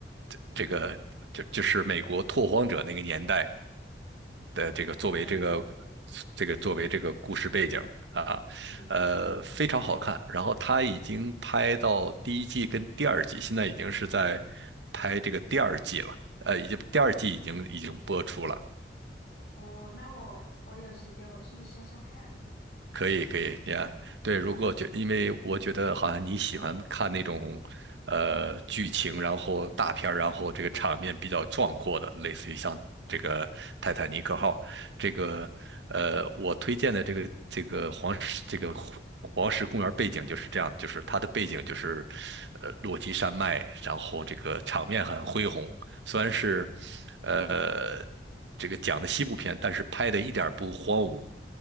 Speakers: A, on the right; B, on the left.
A: 这这个就就是美国拓荒者那个年代，的这个作为这个
B: 我了解了解，
A: 这个作为这个故事背景啊，
B: 嗯，
A: 呃，非常好看。然后他已经拍到第一季跟第二季，现在已经是在拍这个第二季了，呃，已经第二季已经已经播出了。
B: 哦，那我我有时间我去搜搜看，
A: 可以可以你看，对，如果觉，因为我觉得好像你喜欢看那种，呃，剧情，然后大片儿，然后这个场面比较壮阔的，类似于像这个《泰坦尼克号》这个，呃，我推荐的这个这个黄石这个黄黄石公园背景就是这样，就是它的背景就是，呃，落基山脉，然后这个场面很恢宏，虽然是，呃，这个讲的西部片，但是拍的一点儿不荒芜，